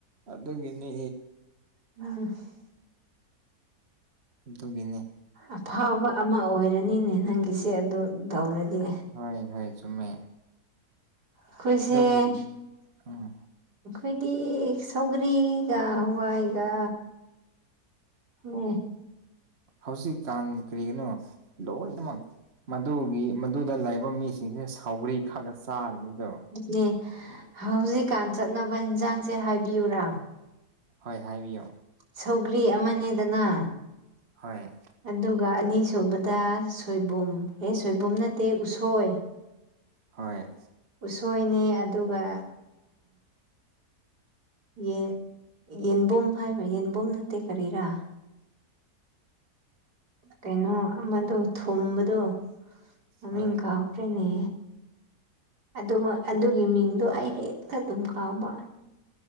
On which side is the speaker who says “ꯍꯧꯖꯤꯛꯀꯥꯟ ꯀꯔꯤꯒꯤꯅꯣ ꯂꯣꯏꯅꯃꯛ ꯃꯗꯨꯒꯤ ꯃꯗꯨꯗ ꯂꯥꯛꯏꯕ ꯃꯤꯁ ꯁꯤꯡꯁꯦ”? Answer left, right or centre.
Right